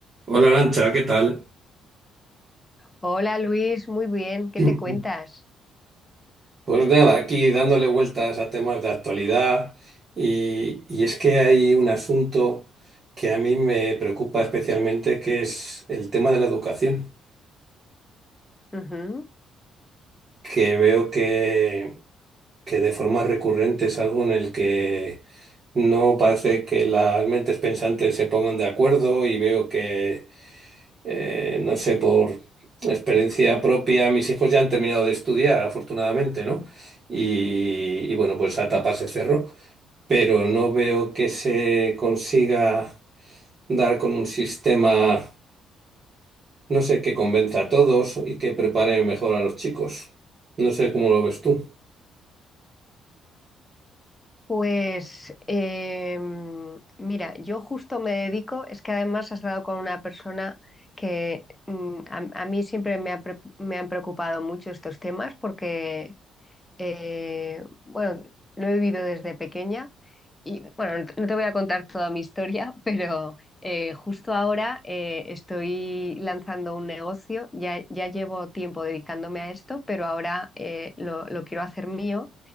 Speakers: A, on the right; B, on the left.
A: Hola Lancha, ¿qué tal?
B: Hola Luis, muy bien, ¿qué
A: <clears throat>
B: te cuentas?
A: Pues nada, aquí dándole vueltas a temas de actualidad y, y es que hay un asunto que a mí me preocupa especialmente, que es el tema de la educación,
B: Ujú.
A: que veo que, que de forma recurrente es algo en el que no parece que las mentes pensantes se pongan de acuerdo y veo que eh, no sé, por experiencia propia, mis hijos ya han terminado de estudiar, afortunadamente, ¿no? Y, y bueno, pues esa etapa se cerró, pero no veo que se consiga dar con un sistema, no sé, que convenza a todos y que prepare mejor a los chicos. No sé cómo lo ves tú.
B: Pues em, mira, yo justo me dedico, es que además has dado con una persona que mm, a, a mí siempre me, ha pre- me han preocupado mucho estos temas porque, eh, bueno, lo he vivido desde pequeña Y bueno, no no te voy a contar toda mi historia, <laughs> pero eh, justo ahora eh, estoy lanzando un negocio. Ya, ya llevo tiempo dedicándome a esto, pero ahora eh, lo, lo quiero hacer mío